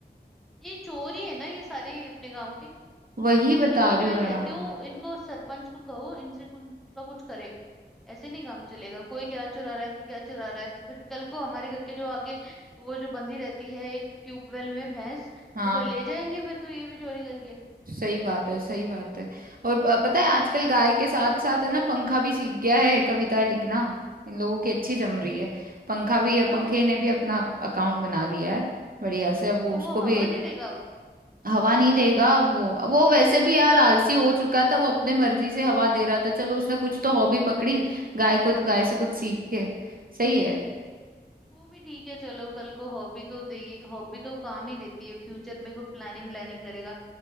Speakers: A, in the centre; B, on the right (about 55°).
A: ये चोरी है ना ये सारे अपने गांव के
B: वही बता
A: इनको
B: रही
A: मैं
B: हो यार
A: कहती हूँ इनको सरपंच को कहो इनसे कुन- का कुछ करे ऐसे नहीं काम चलेगा कोई क्या चुरा रहा है कोई क्या चुरा रहा है <laughs> फिर कल को हमारे घर के जो आगे वो जो बंधी रहती है एक ट्यूबवेल में भैंस
B: हाँ
A: वो कोई ले जाएंगे फिर तो ये भी चोरी करके
B: सही बात है सही बात है और प- पता है आजकल गाय के साथ साथ है ना पंखा भी सीख गया है कविताएं लिखना इन लोगों की अच्छी जम रही है पंखा भी पंखे
A: हाँ
B: ने भी अपना अकाउंट बना लिया है बढ़िया से अब वो
A: तो
B: उसको
A: वो
B: भी
A: हवा
B: एक
A: नहीं देगा अब
B: हवा नहीं देगा वो वो वैसे भी यार आलसी हो चुका था वो अपने मर्जी से हवा दे रहा था चलो उसने कुछ तो हॉबी पकड़ी गाय को गाय
A: हम्म
B: से कुछ सीख के सही है
A: वो भी ठीक है चलो कल को हॉबी तो दे हॉबी तो काम ही देती है फ्यूचर में कोई प्लानिंग व्लानिंग करेगा